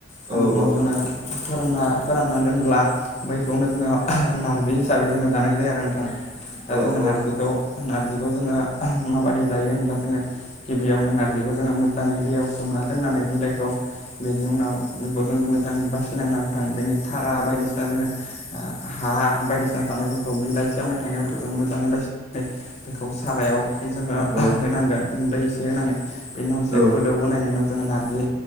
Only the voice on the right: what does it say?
औ औ।
औ
औ
औ